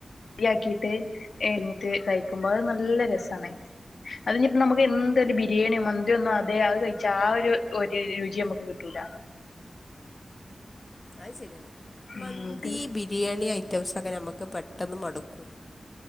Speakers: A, on the left; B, on the left.
A: യാക്കിട്ട് എഴിഞ്ഞിട്ട് കഴിക്കുമ്പോ അത് നല്ല രസാണ് അതിനി ഇപ്പ നമുക്ക് എന്താരു ബിരിയാണിയോ മന്തിന്നും അതെ അത് കഴി ചാ ആഒരു ഒരു രുചി നമക്ക് കിട്ടൂല
B: അയ് ശരിയാണ്
A: ഉം
B: മന്തി
A: നമുക്ക്
B: ബിരിയാണി ഐറ്റംസൊക്കെ നമുക്ക് പെട്ടെന്ന് മടുക്കൂ